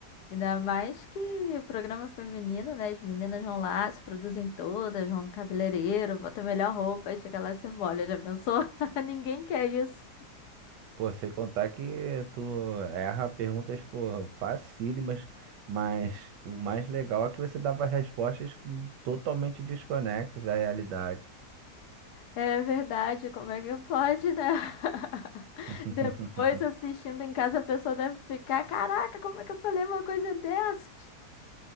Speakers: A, on the left; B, on the right.
A: Ainda mais que o programa é feminino, né? As meninas vão lá, se produzem todas, vão no cabeleireiro, botam a melhor roupa e chega lá e se molha. Já pensou? <laughs> Ninguém quer isso.
B: Pô, sem contar que tu erra perguntas, pô, facílimas, mas o mais legal é que você dava respostas totalmente desconexas da realidade.
A: É verdade, como é que pode, né? <laughs>
B: <laughs>
A: Depois assistindo em casa, a pessoa deve ficar, caraca, como é que eu falei uma coisa dessas?